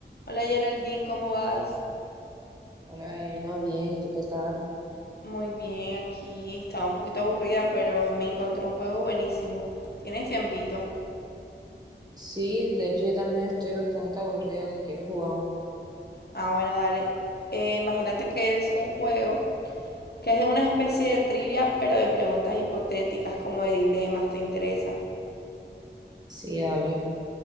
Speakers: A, on the left; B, on the right.
A: Hola Geraldine, ¿cómo vas?
B: Hola, Elena, bien, ¿y tú qué tal?
A: Muy bien, aquí estaba un poquito aburrida, pero me encontré un juego buenísimo. ¿Tienes tiempito?
B: Sí, de hecho yo también estoy bastante aburrida, si quieres jugamos.
A: Ah, bueno, dale. Eh, imagínate que es un juego que es de una especie de trivia, pero de preguntas hipotéticas, como de dilemas, ¿te interesa?
B: Sí, dale,